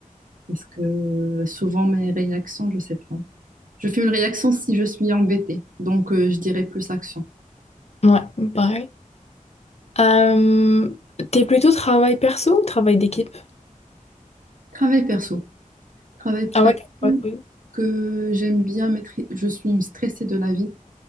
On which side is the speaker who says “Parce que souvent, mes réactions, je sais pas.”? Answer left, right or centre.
Right